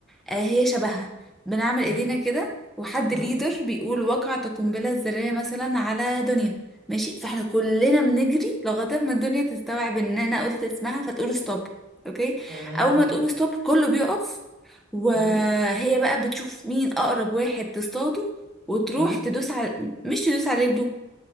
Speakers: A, in the centre; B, on the right (about 20°).
A: آه هي شبهها بنعمل
B: امم
A: ايدينا كده وحد
B: امم
A: ليدر بيقول وقعت القنبلة الذرية مثلا على دنيا ماشي فاحنا كلنا بنجري لغاية ما الدنيا تستوعب ان انا قلت اسمها فتقول ستوب اوكي
B: تمام
A: اول ما تقول ستوب كله بيقف وهي
B: امم
A: بقى بتشوف مين اقرب واحد تصطاده وتروح
B: امم
A: تدوس على مش تدوس على رجله